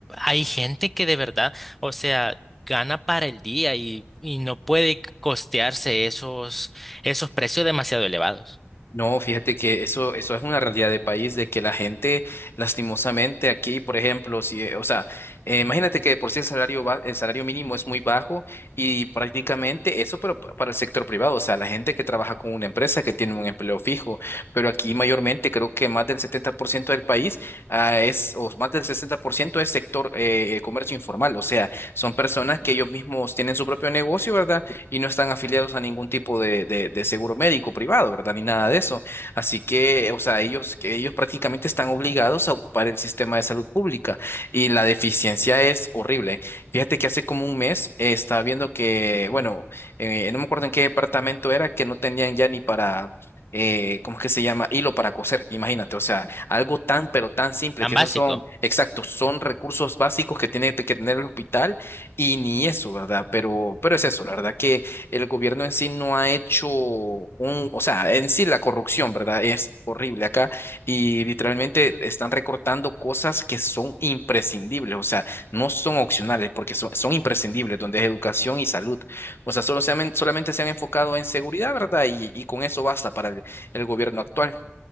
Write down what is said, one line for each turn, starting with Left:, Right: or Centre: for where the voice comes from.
Centre: hay gente que de verdad, o sea, gana para el día y, y no puede costearse esos, esos precios demasiado elevados.
Left: No, fíjate que eso, eso es una realidad de país, de que la gente, lastimosamente, aquí, por ejemplo, si, eh, o sea, eh, imagínate que de por sí el salario, ba- el salario mínimo es muy bajo y prácticamente eso, pero pa- para el sector privado, o sea, la gente que trabaja con una empresa que tiene un empleo fijo, pero aquí mayormente creo que más del 70% del país, ah, es, o más del 60% es sector eh, comercio informal, o sea, son personas que ellos mismos tienen su propio negocio, ¿verdad? y no están afiliados a ningún tipo de, de- de seguro médico privado, ¿verdad? Ni nada de eso. Así que, o sea, ellos, que ellos prácticamente están obligados a ocupar el sistema de salud pública y la deficiencia es horrible. Fíjate que hace como un mes eh, estaba viendo que, bueno, eh, no me acuerdo en qué departamento era, que no tenían ya ni para... eh, ¿cómo es que se llama? Hilo para coser, imagínate, o sea, algo tan, pero tan simple,
Centre: Tan
Left: que
Centre: básico.
Left: esos son, exactos, son recursos básicos que tiene que tener el hospital y ni eso, ¿verdad? Pero, pero es eso, la verdad que el gobierno en sí no ha hecho un, o sea, en sí la corrupción, ¿verdad? Es horrible acá y literalmente están recortando cosas que son imprescindibles, o sea, no son opcionales porque son, son imprescindibles, donde es educación y salud. O sea, solo se han- solamente se han enfocado en seguridad, ¿verdad? Y, y con eso basta para el el gobierno actual.